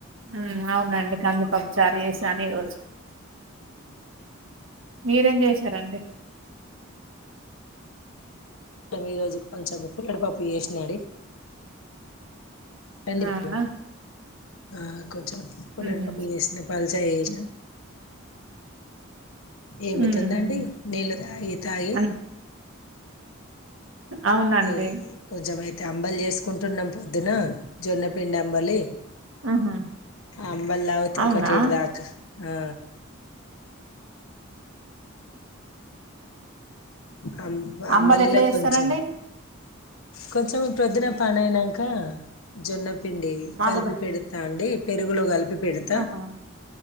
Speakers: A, on the right; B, on the left.
A: హ్మ్ అవునండి కందిపప్పు చారు చేసాను ఈ రోజు మీరేం చేశారండి.
B: ఈ రోజు కొంచం పుల్లడి పప్పు చేసిన అండి కంది పప్పు
A: అవునా?
B: ఆ కొంచం పుల్లటి
A: హుహు.
B: పప్పు చేసిన పల్చగా చేసిన ఈముతుందండి
A: హ్మ్.
B: నీళ్ళు తాగి తాగి
A: అన్ అవునండి.
B: ఏ కొంచం అయితే అంబలి చేసుకుంటున్నాం పొద్దున జొన్నపిండి అంబలి
A: ఆహా!
B: అంబలి తాగుతూ
A: అవునా?
B: కటిడ్దాక ఆ అంబ అంబలిలో
A: అమ్మలు ఎట్లా చేస్తారండి?
B: కొంచెం కొంచం ప్రొద్న పనైనంకా జొన్నపిండి
A: మాకు
B: కలిపి
A: ద
B: పెడతా అండి పెరుగులో కలిపి పెడతా
A: ఆహా